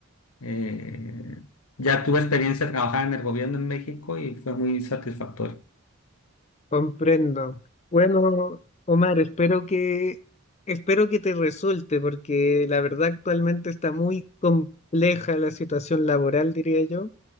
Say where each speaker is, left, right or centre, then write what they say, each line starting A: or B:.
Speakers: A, on the left; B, on the left.
A: eh, ya tuve experiencia de trabajar en el gobierno en México y fue muy satisfactorio.
B: Comprendo. Bueno, Omar, espero que espero que te resulte, porque la verdad actualmente está muy compleja la situación laboral, diría yo.